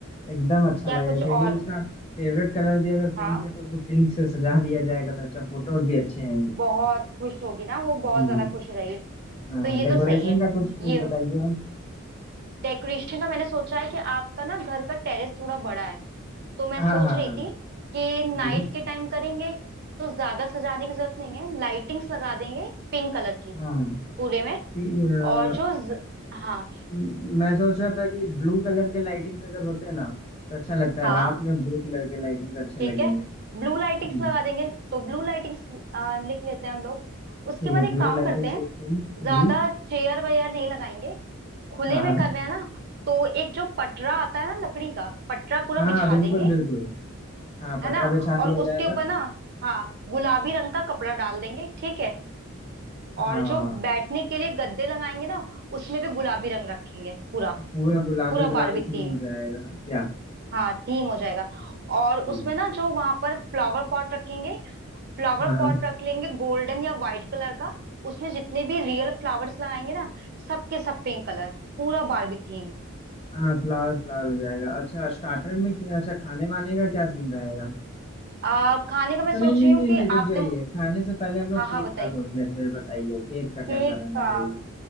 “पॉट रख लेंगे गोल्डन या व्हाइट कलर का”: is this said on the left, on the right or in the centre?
Right